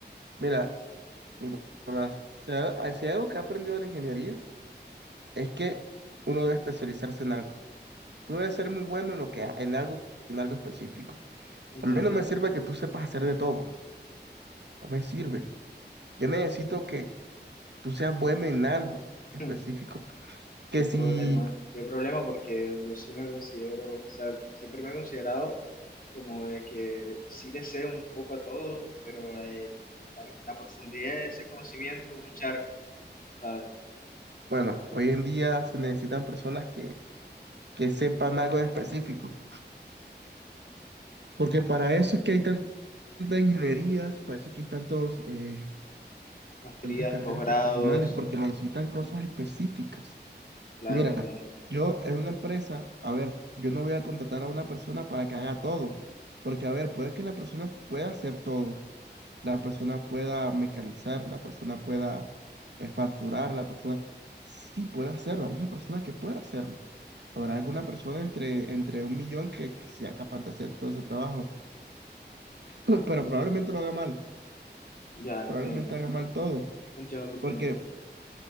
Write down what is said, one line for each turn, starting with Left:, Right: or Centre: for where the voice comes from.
Right: Mira, Nicolás, si hay si hay algo que he aprendido de la ingeniería, Es que uno debe especializarse en algo. Tú debes ser muy bueno en lo que ha- en algo, en algo específico.
Left: Entiendo.
Right: A mí no me sirve que tú sepas hacer de todo. No me sirve. Yo necesito que tú seas bueno en algo específico.
Left: <laughs>
Right: Que
Left: Qué
Right: si,
Left: problema, qué problema, porque yo sí me considero, o sea, siempre me he considerado como de que sí le sé un poco a todo, pero el- la, la profundidad de ese conocimiento, un charco, ¿sabes?
Right: bueno, hoy en día se necesitan personas que, que sepan algo en específico. Porque para eso es que hay tantas ingenierías, para eso es que hay tantos, eh,
Left: Maestrías,
Right: tantas carreras
Left: posgrados,
Right: profesionales, porque necesitan cosas específicas.
Left: claro,
Right: Mira,
Left: entiendo.
Right: yo en una empresa, a ver, yo no voy a contratar a una persona para que haga todo, porque a ver, puede que la persona pueda hacer todo, la persona pueda mecanizar, la persona pueda eh, facturar, la persona sí puede hacerlo, hay una persona que puede hacerlo. Habrá alguna persona entre, entre un millón que, que sea capaz de hacer todo ese trabajo, <laughs> pero probablemente lo haga mal,
Left: Ya, entiendo.
Right: probablemente haga mal todo,
Left: Entiendo tu
Right: porque
Left: punto.